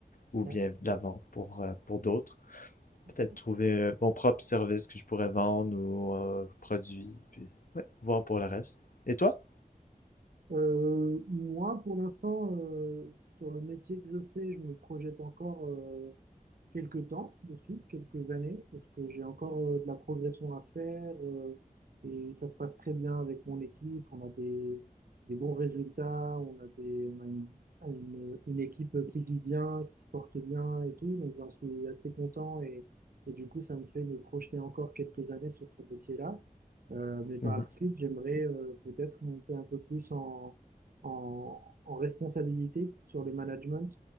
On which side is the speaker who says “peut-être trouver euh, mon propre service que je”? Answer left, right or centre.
Left